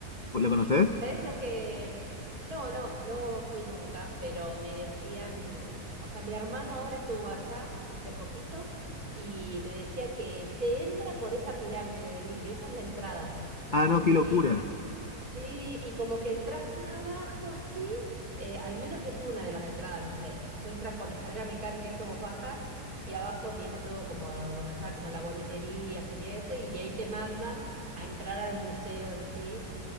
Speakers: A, on the left (about 45°); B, on the right (about 65°).
A: ¿Lo
B: Sí,
A: conoces?
B: ¿sabes lo que? No, no, no fui nunca, pero me decían, o sea, mi hermano ahora estuvo allá hace poquito y me decía que se entra por esa pirámide de vidrio, esa es la entrada,
A: Ah, no, qué
B: ¿sí?
A: locura.
B: Sí, y como que entras por abajo así, eh, al menos es una de las entradas, no sé, se entra con escalera mecánica, eso vos bajas y abajo tiene todo como donde está como la boletería, sería eso, y de ahí te mandan a entrar al museo en sí